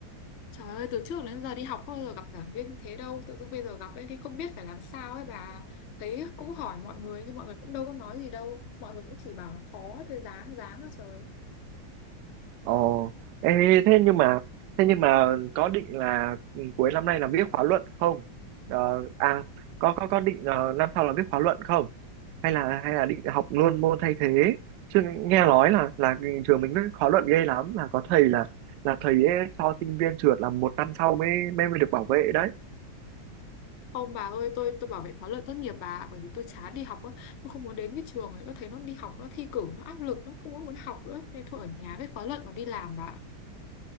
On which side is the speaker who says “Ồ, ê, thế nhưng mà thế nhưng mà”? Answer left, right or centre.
Right